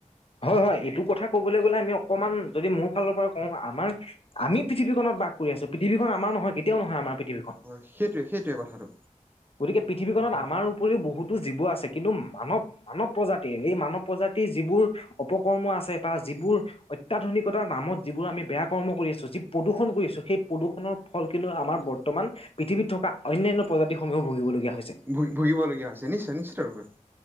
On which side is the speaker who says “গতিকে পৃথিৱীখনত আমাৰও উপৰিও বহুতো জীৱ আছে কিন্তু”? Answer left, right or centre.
Left